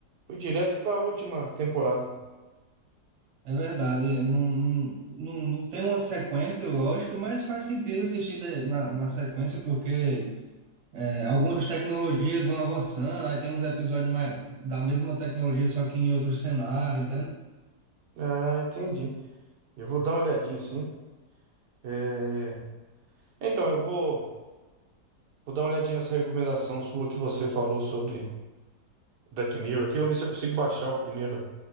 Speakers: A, on the right; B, on the right.
A: fui direto para a última temporada.
B: É verdade, não, não, não não tem uma sequência lógica, mas faz sentido assistir de- na, na sequência, porque É, algumas tecnologias vão avançando, aí tem uns episódios mais, da mesma tecnologia, só que em outro cenário, entende?
A: Ah, entendi. Eu vou dar uma olhadinha, sim. É, Então, eu vou, vou dar uma olhadinha nessa recomendação sua que você falou sobre Black Mirror aqui, vamos ver se eu consigo baixar o primeiro,